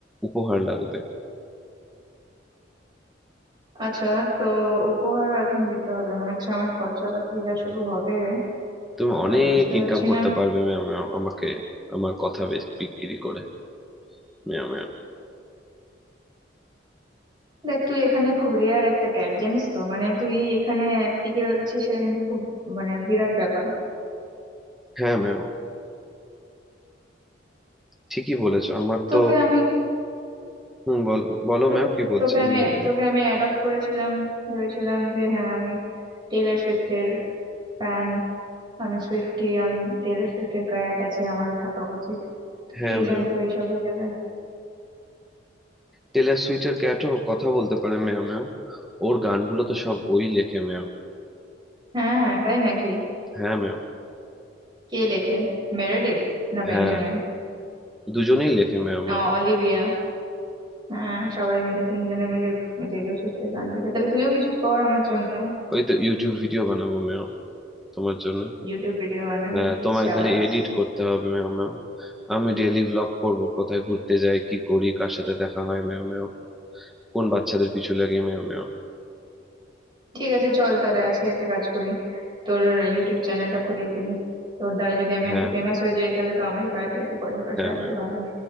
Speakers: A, in the centre; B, on the right.
A: উপহার লাগবে
B: আচ্ছা তো উপহারও এখন দিতে হবে মনে হচ্ছে আমার খরচাপাতি যা শুরু
A: হুম।
B: হবে
A: তুমি
B: আমি তো
A: অনেক
B: আর বুঝতে পারছি
A: ইনকাম করতে
B: না হুম।
A: পারবে ম্যাম ম্যাম আমাকে আমার কথা বেচ- বিক্রি করে ম্যাম ম্যাম
B: দেখ তুই এখানে খুব রেয়ার একটা ক্যাট জানিস তো মানে তুই এখানে টিকে রয়েছিস সেটা কিন্তু খুব মানে বিরাট ব্যাপার
A: হ্যাঁ ম্যাম ঠিকই বলেছো আমার
B: তোকে
A: তো
B: আমি
A: হুম বল বলো
B: তো-
A: ম্যাম কি বলছিলে
B: তোকে আমি
A: ম্যাম ম্যাম
B: তোকে আমি অ্যাডপ্ট করেছিলাম ভেবেছিলাম যে হ্যাঁ আমি টেলর সুইফটের ফ্যান আমি সুইফটি আমি টেলর সুইফটের ক্যাট আছে আমারও থাকা উচিত তো
A: হ্যাঁ
B: কে
A: ম্যাম
B: জানতো এইসব হয়ে যাবে
A: টেলর সুইটের ক্যাটও কথা বলতে পারে ম্যাম ম্যাম ওর গানগুলো তো সব ওই লেখে ম্যাম
B: হ্যাঁ হ্যাঁ তাই নাকি
A: হ্যাঁ ম্যাম
B: কে লেখে মেরেডিথ না বেঞ্জামিন
A: হ্যাঁ দুজনেই লেখে ম্যাম
B: ও
A: ম্যাম
B: অলিভিয়া হ্যাঁ সবাই মিলে তিনজনে মিলে টেলর সুইফটের গান দেখে তাহলে তুইও কিছু কর আমার জন্য
A: ওই তো ইউটিউব ভিডিও বানাবো ম্যাম তোমার জন্য
B: ইউটিউব ভিডিও বানাবি
A: হ্যাঁ তোমায়
B: সাবাস
A: খালি এডিট করতে হবে মেও মেও আমি ডেইলি ভ্লগ করব কোথায় ঘুরতে যাই কি করি কার সাথে দেখা হয় মেও মেও কোন বাচ্চাদের পিছু লাগি মেও মেও
B: ঠিক আছে চল তাহলে আজকে একটা কাজ করি তোর ইউটিউব চ্যানেলটা খুলে ফেলি তোর দ্বারা যদি আমি
A: হ্যাঁ
B: একটু ফেমাস হয়ে যাই তাহলে তো আমারই ফায়দা একটু পয়সা টয়সা
A: হ্যাঁ
B: আসবে
A: মেও
B: ভালোই